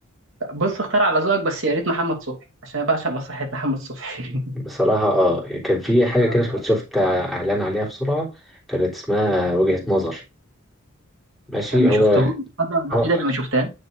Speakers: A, on the right; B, in the centre.
A: بص اختار على ذوقك بس يا ريت محمد صبحي عشان انا بعشق مسرحيات محمد صبحي
B: بصراحه اه كان في حاجه
A: <laughs>
B: كده كنت شفت اعلان عليها بسرعه كانت اسمها وجهة نظر ماشي
A: ما
B: هو
A: شفته الفتره الوحيده
B: هو
A: اللي ما شفتها